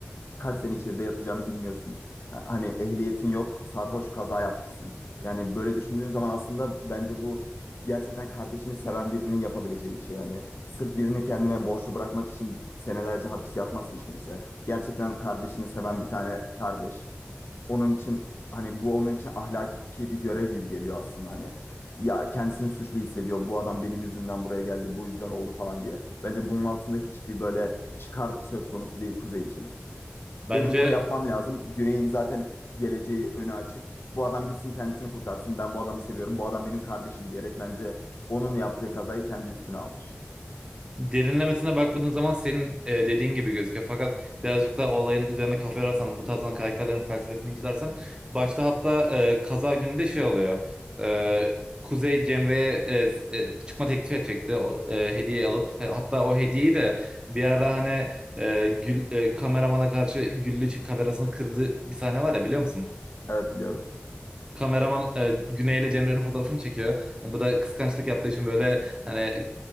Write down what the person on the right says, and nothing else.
Bence
derinlemesine bakmadığın zaman senin e, dediğin gibi gözüküyor. Fakat birazcık da olayın üzerine kafa yorarsan, bu tarzdan karakterlerin felsefesini incelersen, başta hatta e, kaza günü de şey oluyor. E, Kuzey Cemre'ye e, s- e, çıkma teklif edecekti o, e, hediye alıp. E, Hatta o hediyeyi de bir ara hani e, gül, e, kameramana karşı Güllü için kamerasını kırdığı bir sahne var ya biliyor musun?
kameraman e, Güney ile Cemre'nin fotoğrafını çekiyor. Yani bu da kıskançlık yaptığı için böyle hani